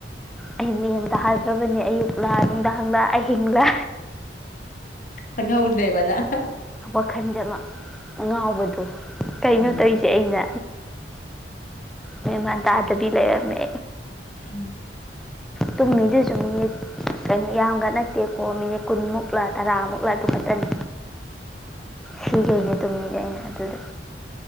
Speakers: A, in the centre; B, on the left.
A: ꯑꯩ ꯃꯦꯟꯗꯥ ꯍꯥꯏꯗ꯭ꯔꯕꯅꯦ ꯑꯌꯨꯛꯂ ꯅꯨꯡꯗꯥꯡꯂꯥ ꯑꯍꯤꯡꯂꯥ
B: ꯈꯪꯍꯧꯗ꯭ꯔꯦꯕ ꯅꯪ
A: ꯋꯥꯈꯜꯖꯅ ꯑꯉꯥꯎꯕꯗꯣ ꯑꯣ ꯀꯩꯅꯣ
B: ꯎꯝ
A: ꯇꯧꯔꯤꯁꯦ ꯑꯩꯅ ꯃꯦꯃꯥꯟ ꯇꯗꯕꯤ ꯂꯩꯔꯝꯃꯦ
B: ꯎꯝ
A: ꯇꯨꯝꯃꯤꯗꯨꯁꯨ ꯃꯤꯅꯤꯠ ꯌꯥꯝꯒ ꯅꯠꯇꯦꯀꯣ ꯃꯤꯅꯤꯠ ꯀꯨꯟꯃꯨꯛꯂ ꯇꯔꯥꯃꯨꯛꯂ ꯑꯗꯨ ꯈꯛꯇꯅꯤ ꯁꯤꯒꯩꯒ ꯇꯨꯝꯃꯤꯁ ꯑꯩꯅ ꯑꯗꯨꯗ